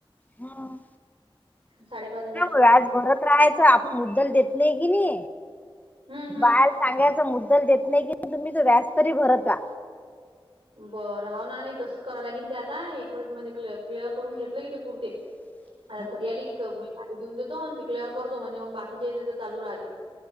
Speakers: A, on the left; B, on the right.
A: हम्म
B: साडे पाच
A: व्याज भरत राहायचं. आपण मुद्दल देत नाही की नी.
B: हम्म हम्म.
A: बाहेर सांगायचा मुद्दल देत नाही की नी तुम्ही, तर व्याज तरी भरत रहा.
B: बरं, हाव ना. नाही तसं करायला लागेल ते आता एक वेस म्हणजे क क्लिअर करून घेतलं की ते पुरते,
A: <unintelligible>
B: आता घरी आली की मी देऊन देतो आणि ते क्लिअर करतो म्हणजे मग बाकीच्या <unintelligible> चालू राहते.